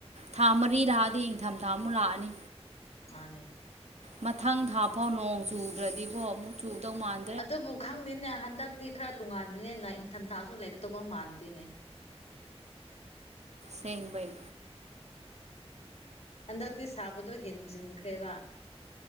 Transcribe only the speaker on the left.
ꯃꯥꯅꯦ
ꯑꯗꯨꯕꯨ ꯈꯪꯗꯦꯅꯦ ꯍꯟꯗꯛꯗꯤ ꯈꯔ ꯇꯣꯉꯥꯟꯕꯅꯦꯅ ꯏꯪꯊꯝ ꯊꯥꯁꯨ ꯂꯩꯒꯗꯧꯕ ꯃꯥꯟꯗꯦꯅꯦ
ꯍꯟꯗꯛꯗꯤ ꯁꯥꯕꯗꯣ ꯍꯦꯟꯖꯤꯟꯈ꯭ꯔꯦꯕ